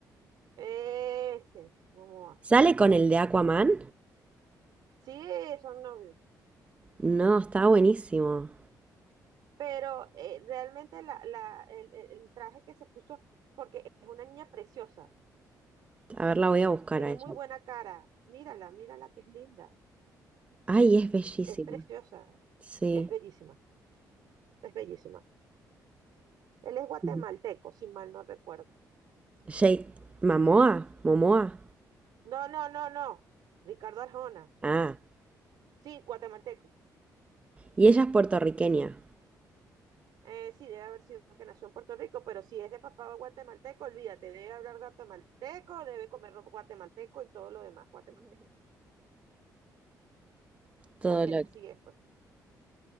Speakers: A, on the right (about 75°); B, on the right (about 20°).
A: Ese, Momoa.
B: ¿Sale con el de Aquaman?
A: Sí, son novios.
B: No, está buenísimo.
A: Pero eh, realmente la, la- el, el- el traje que se puso, porque es una niña preciosa,
B: A ver, la voy a buscar
A: tiene
B: ahí.
A: muy buena cara. Mírala, mírala que es linda,
B: Ay, es bellísima.
A: es preciosa,
B: Sí.
A: es bellísima, es bellísima. Él es guatemalteco,
B: Ujú.
A: si mal no recuerdo.
B: Jay Mamoa, Momoa.
A: No, no, no, no. Ricardo Arjona.
B: Ah,
A: Sí, guatemalteco.
B: y ella es puertorriqueña.
A: Eh, sí, debe haber sido que nació en Puerto Rico, pero si es de papá guatemalteco, olvídate, debe hablar guatemalteco, debe comer ropa guatemalteco y todo lo demás guatemalteco,
B: Todo
A: porque
B: lo...
A: así es, pues.